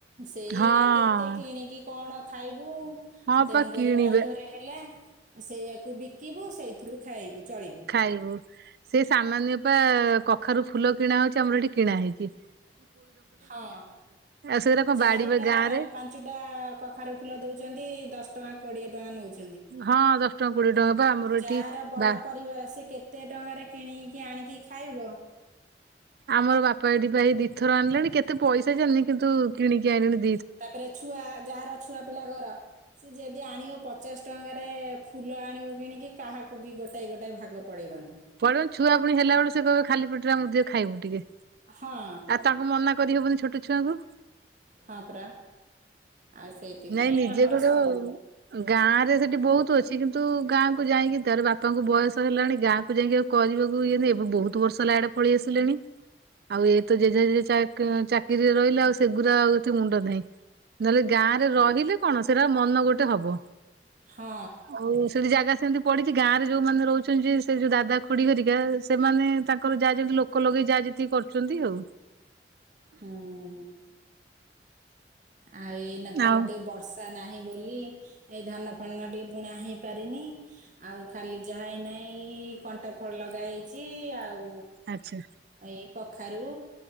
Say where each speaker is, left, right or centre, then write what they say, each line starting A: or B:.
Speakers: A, on the right; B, on the right.
A: ସେଇ
B: ହଁ
A: ଆଉ କେତେ କିଣିକି କଣ ଖାଇ ବୁ
B: ହଁ
A: ତେଣୁ
B: ପା କିଣିବେ
A: କରି ବାରିଘରେ ହେଲା ସେଇୟାକୁ ବିକିବୁ ସେଇଥିରୁ ଖାଇବୁ। ଚଳିବୁ
B: ଖାଇବୁ ସେ ସାମାନ୍ୟ ପା କଖାରୁ ଫୁଲ କିଣା ହଉଛି ଆମର ଏଠି କିଣା ହେଇଛିି।
A: ହଁ
B: ସେଗୁରା କଣ
A: ଚାରିଟା
B: ବାଡି ବା ଗାଁ ରେ
A: ପାଞ୍ଚଟା କଖାରୁ ଫୁଲ ଦଉଚ ଦଶ ଟଙ୍କା କୋଡିଏ ଟଙ୍କା ନଉଚ
B: ହଁ ଟଙ୍କା କୋଡିଏ ଟଙ୍କା ପା ଆମର ଏଠି
A: ଯାହାର ବଡ
B: ବା
A: ପରିବାର ସେ କେତେ ଟଙ୍କାରେ କିଣିକି ଆଣିକି ଖାଇବ।
B: ଆମର ବାପା ଏଇଠି ପା ଦି ଥର ଆଣିଲେଣି କେତେ ପଇସା ଜାଣିନି କିନ୍ତୁ କିଣିକି ଆଣିଲେ
A: ତାପରେ ଛୁଆ ଯାହାର ଛୁଆ ପିଲା ଘର ଯଦି ଆଣିବ ପଚାଶ ଟଙ୍କାରେ ଫୁଲ ଆଣିବ କିଣିକି କାହାକୁ ବି ଗୋଟାଏ ଗୋଟାଏ ଭାଗ ପଡ଼େଇବନି।
B: ପଳିବ ଛୁଆ ପୁଣି ହେଲା ବେଳକୁ ସେ କହିବେ ଖାଲି ପେଟରେ ଆମକୁ ଦିଅ ଟିକିଏ ଖାଇବୁ ଟିକେ।
A: ହଁ
B: ଆଉ ତାଙ୍କୁ ମନା କରିହବନି ଛୋଟ ଛୁଆଙ୍କୁ।
A: ହଁ ପରା। ଆଉ ସେଇଥିପାଇଁ
B: ନାଇଁ ନିଜେ
A: ଆମର
B: ଗୋଟେ
A: ସବୁ
B: ଗାଁ ରେ ସେଠି ବହୁତ ଅଛି। କିନ୍ତୁ ଗାଁକୁ ଯାଇକି ତାର ବାପାଙ୍କୁ ବୟସ ହେଲାଣି ଗାଁକୁ ଯାଇକି ଆଉ କରିବାକୁ ଇଏ ନାହିଁ ଏବେ ବହୁତ ବର୍ଷ ହେଲା ଇଆଡେ ପଳେଇ ଆସିଲେଣି ଆଉ ତ ଜେଜେଜେଜେ ଚାକିରିରେ ରହିଲା ଆଉ ସେଗୁଡା ଆଉ ଏତେ ମୁଣ୍ଡ ନାହିଁ ନହେଲେ ଗାଁ
A: ହଁ
B: ରହିଲେ କଣ ସେରା ମନ ଗୋଟେ ହବ
A: ହଁ
B: ଆଉ ସେଠି ଜାଗା ସେମିତି ପଡିଛି ଗାଁରେ ଯୋଉମାନେ ରହୁଛନ୍ତି ସେ ଯୋଉ ଦାଦା, ଖୁଡି ହେରିକା ସେମାନେ ତାଙ୍କର ଯାହା ଯେମିତି ଲୋକ ଲଗେଇ ଯା ଯେତିକି କରୁଛନ୍ତି ଆଉ।
A: ହୁଁ ଆଉ ଏଇନା ତ
B: ଆଉ
A: ଗୋଟେ ବର୍ଷା ନାହିଁ। ବୋଲି ଏଇ ଧାନ ଫଳ ଟିକେ ବୁଣା ହେଇ ପାରିନି ଆଉ ଖାଲି ଯାହା ଏଇନା ଏଇ କଣ୍ଟା ଫଳ ଲଗା ହେଇଛି ଆଉ
B: ଆଚ୍ଛା।
A: ଏଇ କଖାରୁ